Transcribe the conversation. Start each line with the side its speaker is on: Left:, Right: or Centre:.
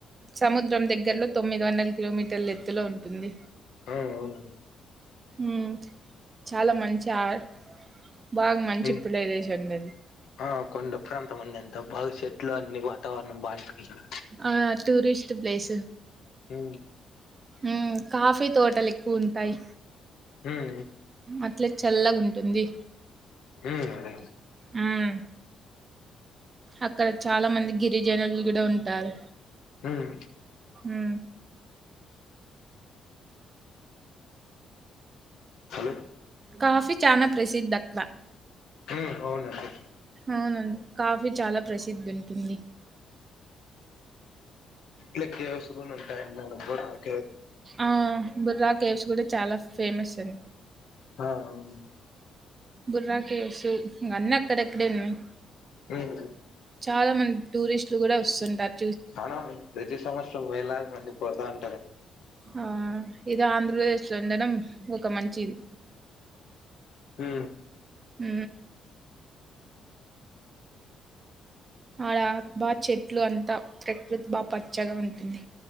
Right: సముద్రం దగ్గర్లో తొమ్మిది వందల కిలోమీటర్ల ఎత్తులో ఉంటుంది
Left: ఆ అవునండి
Right: మ్ చాలా మంచి ఆర్ బాగా మంచి
Left: ఉమ్
Right: ప్లదేశండి అది
Left: ఆ కొండ ప్రాంతం అండి అంత బాగా చెట్లు అన్ని వాతావరణం బావుంటది ఇక్కడ
Right: ఆ టూరిస్ట్ ప్లేసు
Left: ఉ
Right: మ్ కాఫీ తోటలు ఎక్కువ ఉంతాయి
Left: ఉమ్
Right: అట్లే చల్లగా ఉంటుంది
Left: ఉ అదే
Right: మ్మ్ అక్కడ చాలా మంది గ్ జనాలు గుడా ఉంటారు
Left: ఉమ్
Right: ఉ
Left: హలో
Right: కాఫీ చానా ప్రసిద్ధక్కడ
Left: ఉ అవునండి
Right: అవునండి కాఫీ చాలా ప్రసిద్ధి ఉంటుంది
Left: లేక్ కేవ్స్ గునా ఉంటాయ్ <unintelligible>
Right: ఆ బుర్రా కేవ్స్ గుడా చాలా ఫేమస్ అండి
Left: ఆ అవును
Right: బుర్రా కెవ్స్ ఇంగ అన్నీ అక్కడెక్కడే ఉన్నాయి
Left: ఉమ్
Right: చాలా మంది టూరిస్ట్లు గుడా వొస్తుంటారు
Left: చానా మంది ప్రతి సంవత్సరం వేలాది మంది పోతారు
Right: ఆ ఇది ఆంధ్రప్రదేశ్ లో ఉండడం ఒక మంచిది
Left: ఉ
Right: ఉ ఆడ అక్ బా చెట్లు అంతా ప్రకృతి బాగా పచ్చగా ఉంటుంది